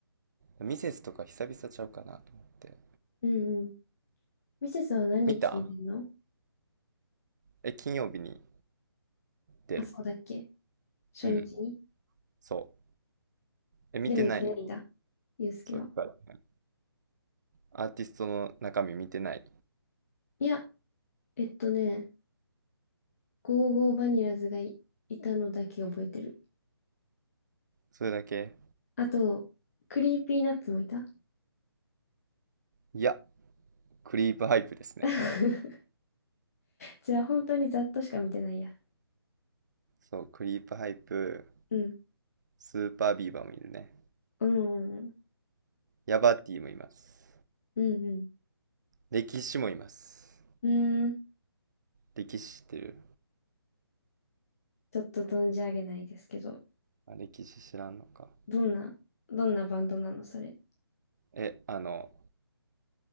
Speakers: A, on the right; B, on the left.
A: ミセスとか久々ちゃうかなと思って。
B: うんうん。ミセスは何日に出るの
A: 見たえ、金曜日に出る。
B: あ、そうだっけ初日に
A: うん、そう。え、見てない
B: でも行けないんだ。ユうスケは。
A: そう、いっぱいあるアーティストの中身見てない。
B: いや、えっとね、ゴーゴーバニラズがい、いたのだけ覚えてる。
A: それだけ
B: あと、クリーピーナッツもいた。
A: いや、クリープハイプですね。
B: <laughs> じゃあ本当にざっとしか見てないや。
A: そう、クリープハイプ、
B: うん。
A: スーパービーバーもいるね。
B: うんうんうん。
A: ヤバティもいます。
B: うんうん。
A: 歴史もいます。
B: うーん、
A: 歴史知ってる
B: ちょっと存じ上げないですけど、
A: あ歴史知らんのか。
B: どんな、どんなバンドなの、それ。
A: え、あの、